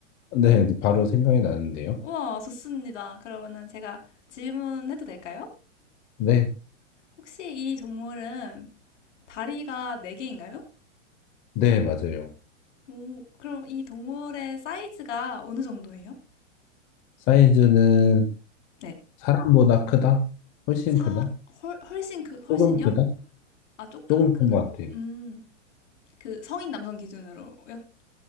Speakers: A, on the left; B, on the left.
A: 네, 바로 생각이 나는데요.
B: 우와, 좋습니다. 그러면은 제가 질문해도 될까요?
A: 네,
B: 혹시 이 동물은 다리가 네개인가요
A: 네, 맞아요.
B: 오, 그럼 이 동물의 사이즈가 어느 정도예요?
A: 사이즈는
B: 네,
A: 사람보다 크다? 훨씬
B: 사,
A: 크다?
B: 훨, 훨씬 크, 훨씬요?
A: 조금 크다?
B: 아, 조금
A: 조금
B: 크다.
A: 큰 것 같아요.
B: 음, 그 성인 남성 기준으로요?